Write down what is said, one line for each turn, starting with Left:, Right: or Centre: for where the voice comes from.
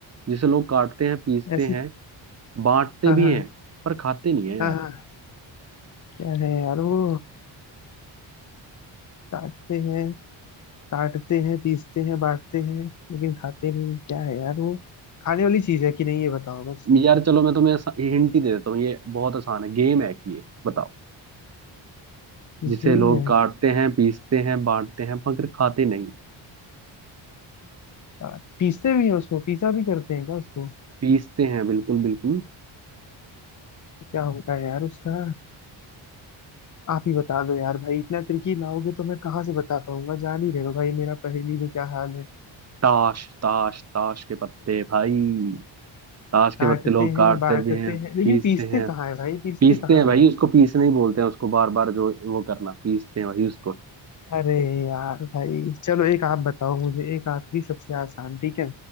Right: जिसे लोग काटते हैं पीसते
Left: ऐसी
Right: हैं बांटते
Left: हाँ
Right: भी
Left: हाँ
Right: हैं पर खाते नहीं है यार
Left: हाँ हाँ क्या है यार वो काटते हैं काटते हैं पीसते हैं बांटते हैं लेकिन खाते नहीं क्या है यार वो खाने वाली चीज है कि नहीं ये बताओ बस
Right: यार चलो मैं तुम्हें हिंट ही दे देता हूँ ये बहुत आसान है गेम है कि ये बताओ
Left: गेम
Right: जिसे लोग
Left: है
Right: काटते हैं पीसते हैं बांटते हैं मगर खाते नहीं
Left: काट- पीसते भी हैं उसको पीसा भी करते हैं क्या उसको
Right: पीसते हैं बिल्कुल बिल्कुल
Left: क्या होगा यार उसका आप ही बता दो यार भाई इतना ट्रिकी लाओगे तो मैं कहाँ से बता पाऊंगा जान ही रहेगा भाई मेरा पहेली में क्या हाल है
Right: ताश ताश ताश के पत्ते भाई ताश के
Left: काटते
Right: पत्ते लोग
Left: हैं
Right: काटते
Left: बांटते
Right: भी हैं
Left: हैं लेकिन
Right: पीसते
Left: पीसते
Right: हैं
Left: कहाँ है भाई पीसते
Right: पीसते
Left: कहाँ
Right: हैं भाई
Left: है
Right: उसको पीसना ही बोलते हैं उसको बार बार जो वो करना पीसते हैं भाई उसको
Left: अरे यार भाई चलो एक आप बताओ मुझे एक आखिरी सबसे आसान ठीक है